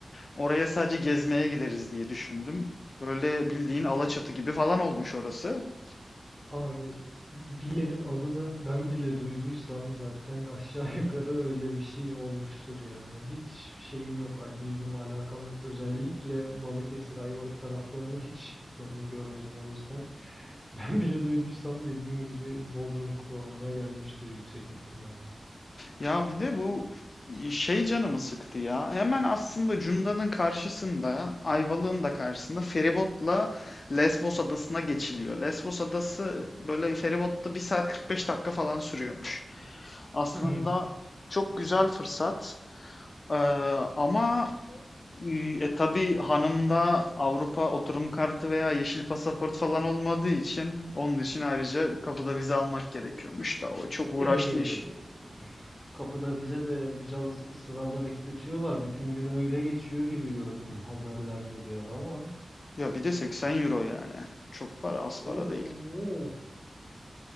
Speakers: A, on the left (about 60°); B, in the centre.
A: oraya sadece gezmeye gideriz diye düşündüm. Böyle bildiğin Alaçatı gibi falan olmuş orası.
B: Abi bir yerin adını ben bile duyduysam zaten aşağı <laughs> yukarı öyle bir şey olmuştur yani. Hiç şeyim yok, al- ilgim, alakam yok. Özellikle Balıkesir, Ayvalık taraflarını hiç gitmedim, görmedim o yüzden. <laughs> Ben bile duyduysam dediğin gibi Bodrum kıvamına gelmiştir yüksek ihtimal.
A: Ya bir de bu e, şey canımı sıktı ya. Hemen aslında Cunda'nın karşısında, Ayvalık'ın da karşısında feribotla Lesbos adasına geçiliyor. Lesbos adası böyle feribotta bir saat 45 dakika falan sürüyormuş. Aslında
B: <laughs>
A: çok güzel fırsat. Ee, ama e, e, tabii hanımda Avrupa oturum kartı veya yeşil pasaport falan olmadığı için onun için ayrıca kapıda vize almak gerekiyormuş da o çok uğraşlı
B: Eee,
A: iş.
B: kapıda bize de biraz sırada bekletiyorlar. Bütün gün öyle geçiyor gibi gördüm haberlerde bir ara ama.
A: Ya bir de 80 euro yani. Çok para, az
B: Oo,
A: para değil.